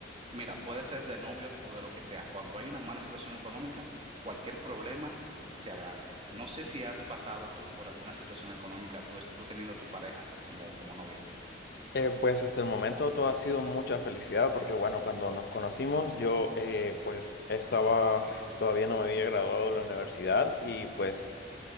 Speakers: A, on the right; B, on the left.
A: Mira, puede ser de novios o de lo que sea. Cuando hay una mala situación económica, cualquier problema se agranda. No sé si has pasado tú por alguna situación económica, tú, es- tú teniendo a tu pareja como, como novia.
B: eh, pues hasta el momento todo ha sido mucha felicidad porque bueno, cuando nos conocimos yo eh, pues estaba, todavía no me había graduado de la universidad y pues